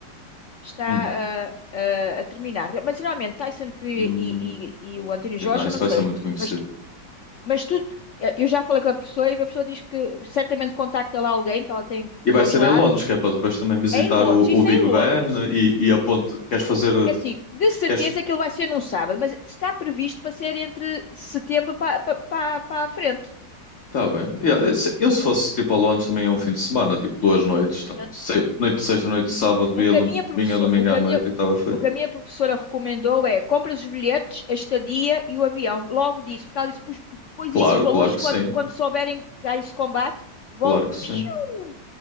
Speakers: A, on the left; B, on the left.
A: está
B: Hum.
A: ah, ah, a terminar. Mas geralmente Tyson Fury
B: Hum.
A: e, e, e o Anthony Joshua,
B: Não, isso
A: não
B: vai
A: sei.
B: ser muito conhecido.
A: Mas Mas tu, eu já falei com a pessoa e a pessoa diz que certamente contacta lá alguém, que ela tem pessoas
B: E vai ser
A: lá,
B: em Londres,
A: e que
B: que é para depois também visitar
A: é em Londres,
B: o, o
A: isso
B: Big
A: é em Londres.
B: Ben e, e a ponte. Queres fazer.
A: É assim, de certeza
B: Queres.
A: que ele vai ser num sábado, mas está previsto para ser entre setembro para pa, pa, pa- para a frente.
B: Tá bem. Yeah, eu, se eu se fosse tipo a Londres também é um fim de semana, tipo duas noites. Tá?
A: Portanto,
B: Se- noite de sexta, noite de sábado, via
A: o que
B: dom-
A: a minha professora,
B: vinha domingo
A: o que
B: à
A: a
B: noite
A: minha,
B: e estava feito.
A: o que a minha professora recomendou é compra os bilhetes, a estadia e o avião. Logo disso, porque ela disse, "Pois, porque depois
B: Claro,
A: disso os valores,
B: claro que
A: quando,
B: sim.
A: quando souberem que há esse combate, vão...
B: Claro que sim.
A: piu!